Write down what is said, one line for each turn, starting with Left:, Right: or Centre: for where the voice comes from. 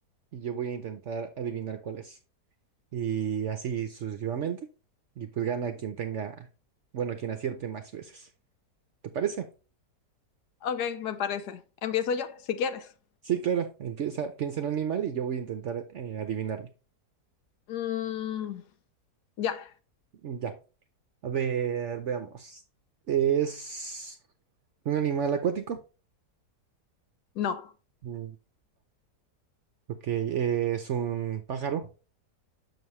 Right: y yo voy a intentar adivinar cuál es. Y así sucesivamente. Y pues gana quien tenga, bueno, quien acierte más veces. ¿Te parece?
Left: ok, me parece. Empiezo yo, si quieres.
Right: Sí, claro, empieza, piensa en un animal y yo voy a intentar eh, adivinarlo.
Left: Mm, ya,
Right: Ya, a ver, veamos. ¿Es un animal acuático?
Left: no.
Right: Mm, Ok, eh, ¿es un pájaro?